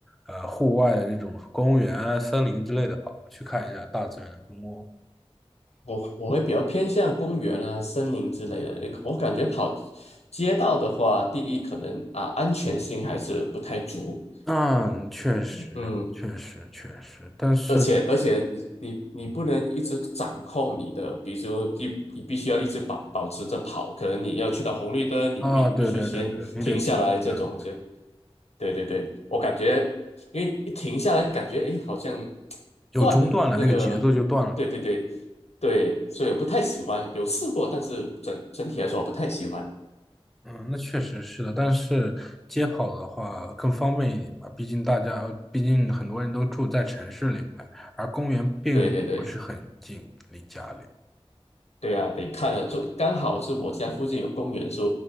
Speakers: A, in the centre; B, on the left.
A: 呃户外的这种公园啊、森林之类的跑，去看一下大自然的风光？
B: 我我会比较偏向公园啊、森林之类的。诶我感觉跑街道的话，第一可能啊安全性还是不太足，
A: 嗯，确实，
B: 嗯，
A: 确实，确实，但是。
B: 而且而且你你你不能一直掌控你的，比如说你你必须要一直保保持着跑，可能你要去到红绿灯，你必必须先停下来，
A: 啊，对对对对，你得停一下，
B: 这种就，对对对，我感觉因为一停下来，感觉诶好像
A: 有中断了，
B: 断了那个，
A: 那个节奏就断了。
B: 对对对对，所以我不太喜欢，有试过，但是整整体来说我不太喜欢，
A: 嗯，那确实是的，但是街跑的话更方便一点吧，毕竟大家，毕竟很多人都住在城市里面，而公园并不是很近离家里。
B: 对对对。对啊，得看了，就刚好是我家附近有公园，所